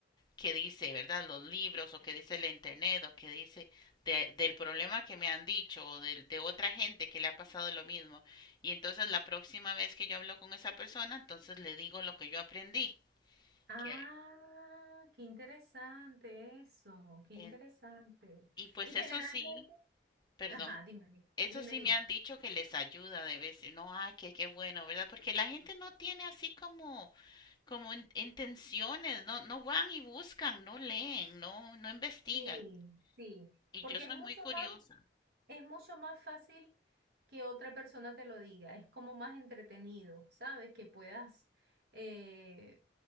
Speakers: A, on the left (about 25°); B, on the right (about 55°).
A: qué dice, ¿verdad? Los libros o qué dice la internet o qué dice de- del problema que me han dicho o de, de otra gente que le ha pasado lo mismo. Y entonces la próxima vez que yo hablo con esa persona, entonces le digo lo que yo aprendí.
B: Ah,
A: Que,
B: qué interesante eso, qué interesante.
A: en- y pues
B: Y generalmente,
A: eso sí, perdón.
B: ajá, dime, dime,
A: Eso sí
B: dime. dime.
A: me han dicho que les ayuda de vez, no, ah, qué, qué bueno, ¿verdad? Porque la gente no tiene así como, como in- intenciones, no, no van y buscan, no leen, no, no investigan.
B: Sí, sí,
A: Y
B: porque
A: yo soy
B: es mucho
A: muy curiosa.
B: más Es mucho más fácil que otra persona te lo diga, es como más entretenido, ¿sabes? Que puedas eh,